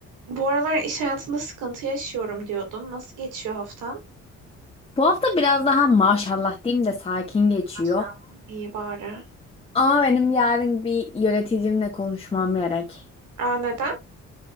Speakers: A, on the right; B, on the left.
A: Bu aralar iş hayatında sıkıntı yaşıyorum diyordun. Nasıl geçiyor haftan?
B: Bu hafta biraz daha maşallah diyeyim de sakin geçiyor.
A: Tamam. İyi bari.
B: Ama benim yarın bir yöneticimle konuşmam gerek.
A: Aa neden?